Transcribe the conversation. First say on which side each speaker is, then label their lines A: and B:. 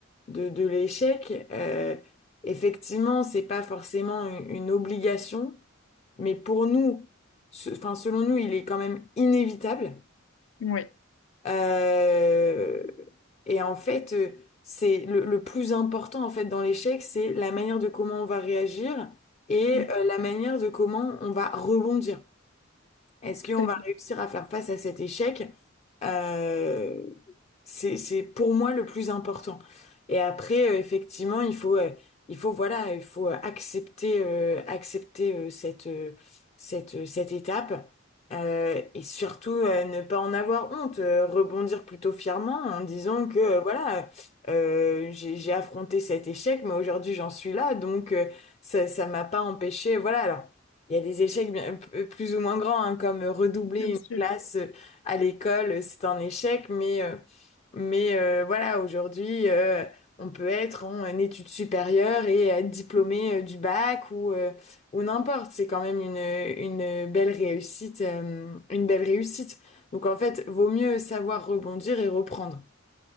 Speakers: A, on the left; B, on the left.
A: de, de l'échec, euh, effectivement, c'est pas forcément une une obligation mais pour nous, ce- enfin, selon nous, il est quand même inévitable.
B: Oui, ouais,
A: Euh, et en fait, euh, c'est le, le plus important en fait dans l'échec, c'est la manière de comment on va réagir et
B: mm,
A: euh, la manière de comment on va rebondir. Est-ce qu'on
B: tout à
A: va
B: fait,
A: réussir à faire face à cet échec? Euh, c'est, c'est pour moi le plus important. Et après, euh, effectivement, il faut, euh, il faut, voilà, il faut accepter, euh, accepter euh, cette, euh, cette, euh, cette étape. Euh, et surtout euh, ne pas en avoir honte, euh, rebondir plutôt fièrement en disant que euh, voilà, euh, j'ai, j'ai affronté cet échec, mais aujourd'hui j'en suis là, donc euh, ça, ça m'a pas empêché. Voilà, alors. Il y a des échecs bien, p- euh, plus ou moins grands, hein, comme euh, redoubler
B: bien
A: une
B: sûr.
A: classe euh, à l'école, euh, c'est un échec, mais, euh, mais euh, voilà, aujourd'hui, euh, on peut être en euh, études supérieures et être diplômé euh, du bac ou, euh, ou n'importe. C'est quand même une, une belle réussite, euh, une belle réussite. Donc en fait, vaut mieux savoir rebondir et reprendre.